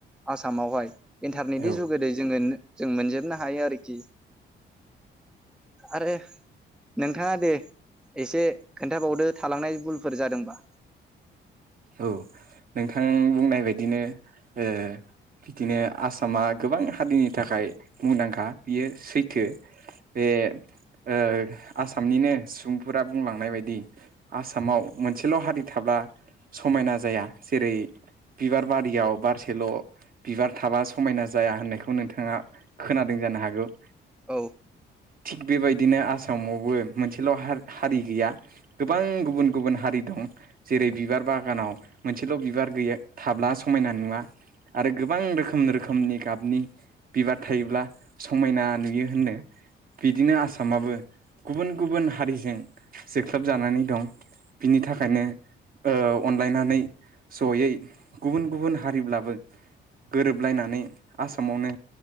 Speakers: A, in the centre; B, on the right.
A: आसामावहाय इन्टारनेटनि
B: औ
A: जुगोदै जोङो जों मोनजोबनो हायो आरोखि आरो नोंथाङा दे एसे खोन्थाबावदो थालांनाय भुलफोर जादोंबा
B: औ नोंथां बुंनाय बायदिनो ओ बिदिनो आसामा गोबां हारिनि थाखाय मुंदांखा बियो सैथो बे ओ आसामनिनो सुबुंफोरा बुंलांनाय बायदि आसामाव मोनसेल' हारि थाब्ला समायना जाया जेरै बिबार बारियाव बारसेल' बिबार थाबा समायना जाया होननायखौ नोंथाङा खोनादों जानो हागौ
A: औ
B: थिग बेबायदिनो आसामावबो मोनसेल' हारि हारि गैया गोबां गुबुन गुबुन हारि दं जेरै बिबार बाग बागानाव मोनसेल' बिबार गैया थाब्ला समायना नुवा आरो गोबां रोखोम रोखोमनि गाबनि बिबार थायोब्ला समायना नुयो होननो बिदिनो आसामाबो गुबुन गुबुन हारिजों जोख्लबजानानै दं बिनि थाखायनो अनलायनानै जयै गुबुन गुबुन हारिब्लाबो गोरोबलायनानै आसामावनो